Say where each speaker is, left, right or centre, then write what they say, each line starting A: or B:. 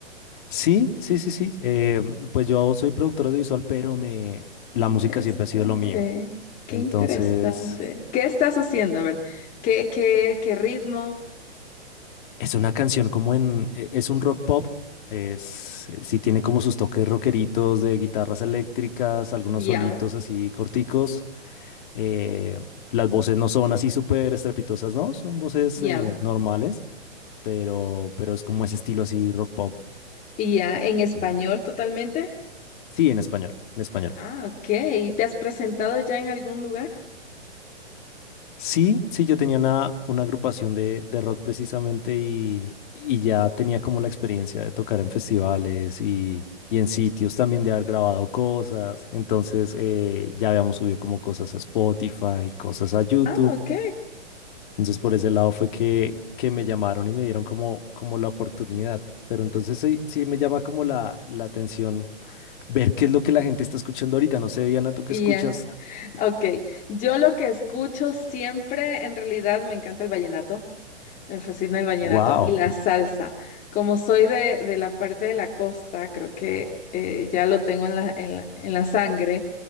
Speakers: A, on the left (about 45°); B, on the left (about 25°).
A: Sí, sí, sí, sí. eh, pues yo soy productor audiovisual, pero me, la
B: Qué
A: música
B: interesante.
A: siempre ha sido lo mío.
B: Qué
A: Entonces...
B: interesante. ¿Qué estás haciendo? A ver, ¿qué, qué, qué ritmo?
A: Es una canción como en, e- es un rock pop, es, eh, sí tiene como sus toques rockeritos de guitarras eléctricas, algunos
B: Ya,
A: solitos así corticos. eh, las voces no son así súper estrepitosas, ¿no? Son voces
B: ya.
A: eh, normales, pero, pero es como ese estilo así rock pop.
B: ¿Y ya en español
A: Chévere.
B: totalmente?
A: Sí, en español, en español.
B: Ah, ok. ¿Y te has presentado ya en algún lugar?
A: Sí, sí, yo tenía una, una agrupación de, de rock precisamente y, y ya tenía como la experiencia de tocar en festivales y, y en sitios también de haber grabado cosas. Entonces eh, ya habíamos subido como cosas a Spotify, cosas a YouTube.
B: Ah, ok.
A: Entonces por ese lado fue que, que me llamaron y me dieron como, como la oportunidad. Pero entonces sí, sí me llama como la, la atención ver qué es lo que la gente está escuchando ahorita. No sé, Diana, tú qué
B: Ya.
A: escuchas.
B: Ok, yo lo que escucho siempre, en realidad me encanta el vallenato, me fascina el vallenato
A: ¡Wow!
B: y la salsa. Como soy de, de la parte de la costa, creo que eh, ya lo tengo en la, en la, en la sangre,